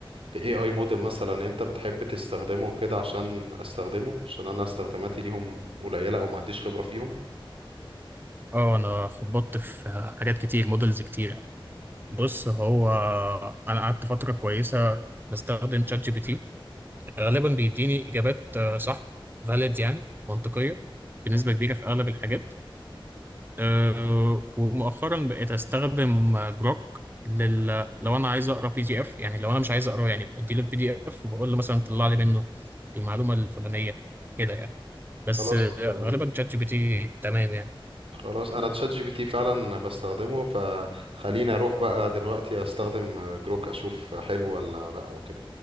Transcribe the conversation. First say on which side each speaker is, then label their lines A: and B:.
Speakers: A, on the right; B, on the right.
A: ل AI model مثلا انت بتحب تستخدمه كده عشان استخدمه عشان انا استخداماتي ليهم قليلة او ما عنديش خبرة فيهم
B: اه انا خبطت في آه، حاجات كتير مودلز كتير بص هو انا قعدت فترة كويسة بستخدم شات جي بي تي غالبا بيديني اجابات آه، صح فاليد يعني منطقيه بنسبه كبيره في اغلب الحاجات أه ومؤخرا بقيت استخدم آه، جروك لل... لو انا عايز اقرا بي دي اف يعني لو انا مش عايز اقراه يعني بدي له البي دي اف وبقول له مثلا طلع لي منه المعلومه الفلانيه كده يعني بس
A: خلاص
B: آه،
A: تمام
B: غالبا شات جي بي تي تمام يعني
A: خلاص انا تشات جي بي تي فعلا بستخدمه فخليني اروح بقى دلوقتي استخدم آه، جروك اشوف حلو ولا لا او كده